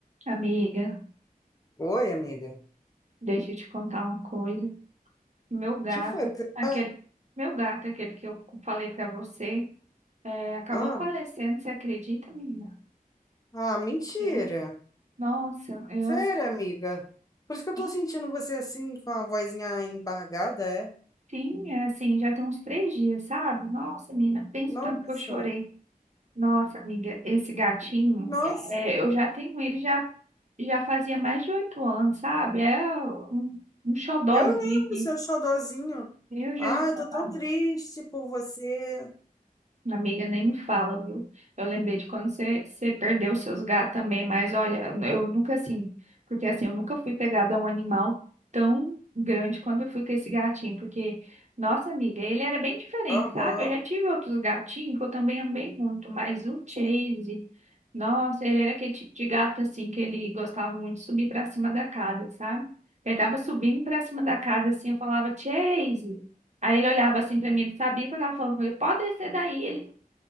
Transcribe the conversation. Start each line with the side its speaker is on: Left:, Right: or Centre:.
Right: Amiga,
Left: Oi, amiga.
Right: deixa eu te contar uma coisa. Meu gato,
Left: Que foi? Você
Right: aquele,
Left: tá-
Right: meu gato, aquele que eu falei pra você, é, acabou
Left: Ah,
Right: falecendo, você acredita, menina?
Left: ah, mentira.
Right: Achei- Nossa, eu
Left: Sério,
Right: assim,
Left: amiga. Por isso que eu tô
Right: nem
Left: sentindo você assim, com a vozinha embargada, é?
Right: tinha, assim, já tem uns três dias, sabe? Nossa, menina, pensa
Left: Nossa,
Right: o tanto que eu chorei. Nossa, amiga, esse gatinho,
Left: nossa.
Right: é, eu já tenho ele já, já fazia mais de oito anos, sabe? É um, um xodózinho
Left: Eu lembro
Right: aqui.
Left: seu xodozinho.
Right: Meu Jesus,
Left: Ah, eu
Right: amado.
Left: tô tão triste por você.
Right: Amiga, nem me fala, viu? Eu lembrei de quando você, você perdeu seus gatos também, mas olha, eu nunca assim, porque assim, eu nunca fui pegada a um animal tão grande quanto eu fui com esse gatinho, porque, nossa amiga, ele era bem diferente,
Left: Aham,
Right: sabe? Eu já tive outros gatinhos que eu também amei muito, mas o Chase,
Left: sim.
Right: nossa, ele era aquele tipo de gato assim, que ele gostava muito de subir pra cima da casa, sabe? Ele tava subindo pra cima da casa assim, eu falava, Chase. Aí ele olhava assim pra mim, ele sabia que eu tava falando com ele, pode descer daí. Ele